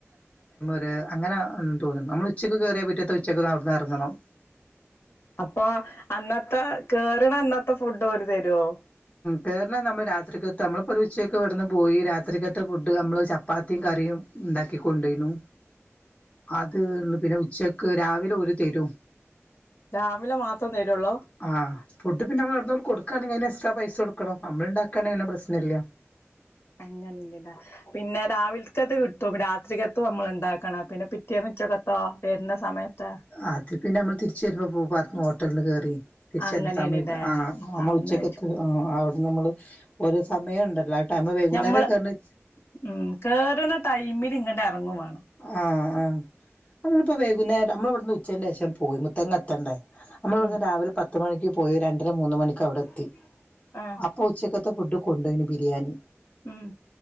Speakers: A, on the left; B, on the left.
A: ഇറ അങ്ങനെ തോന്നുന്നു നമ്മൾ ഉച്ചക്ക് കേയറിയ പറ്റിയത്ത ഉച്ചക്ക് അവിടുന്ന് ഇറങ്ങണം
B: അപ്പൊ അന്നത്തെ കേറണ അന്നത്തെ ഫുഡ് ഓര് തരുവോ
A: കയറാൽ നമ്മൾ രാത്രിക്കകത്ത് നമ്മളിപ്പോൾ ഒരു ഉച്ചയയ്ക്ക്െ ഇവിടുന്ന് പോയി രാത്രിക്കത്ത് ഫുഡ് നമ്മൾ ചപ്പാത്തിയും കറിയും ഉണ്ടാക്കിക്കൊണ്ടോനു അത് ഉള്ള പിന്നെ ഉച്ചക്ക് രാവിലെ ഒരുഓ തരും
B: രാമിലെ മാത്രം തരുള്ളൂ
A: ആഹ് ഫഡ് പിന്നെമ്മ ഇവിോൂ കൊടുക്കാണെങ്കിൽ അ പൈസ കൊടുക്കണം നമ്മള ഉണ്ടാക്കാന ഇങ്ങനെ പ്രശ്നം ഇല്ല
B: അങ്ങനെ ഇണ്ടില്ല പിന്നെ രാവിലക്കത്ത് കിട്ടും രാത്രിക്കത്തും നമ്മള ഉണ്ടാക്കണ പിന്നെ പിറ്റേന്ന്ച്ചോക്കത്തോ വരുന്ന സമയത്ത്
A: ആതി പിന്നെ നമ്മൾ തിരിച്ച വരുമ്പോ പോ പററു ഹോട്ടലി ക കേയറി തിരിച്ചരുന്ന
B: അങ്ങനെയണല്ലേ
A: സമയത്ത് ആ നമ്മൾ
B: അവിടുന്ന്
A: ഉച്ചയ്ക്ക്
B: കഴിച്ചു
A: അവിടെ നമ്മള് ഒരു സമയം ഉണ്ടല്ലോ ടൈമ് വൈകുന്നേരം
B: ഞമ്മള്
A: കേറണ
B: ഉം കേയറുന്ന ടൈമിൽ ഇങ്ങട്ട ഇറങ്ങു വേണം
A: ആഹ ആ് നമ്മളിപ്പോ വൈകുന്നേരം നമ്മള ഇവിടുന്ന് ഉച്ചന്റെ ശേഷം പോയി മുത്തങ്ങ എത്തണ്ടേ നമ്മൾ ഇവിടു
B: ഉം
A: രാവിലെ പത്തുമണിക്ക് പോയി രണ്ടര മൂന്ന് മണിക്ക് അവിടെ എത്തി
B: ആഹ്
A: അപ്പൊ ഉച്ചക്ക ഫുഡ് കൊണ്ടുപയിന് ബിരിയാണി
B: ആഹ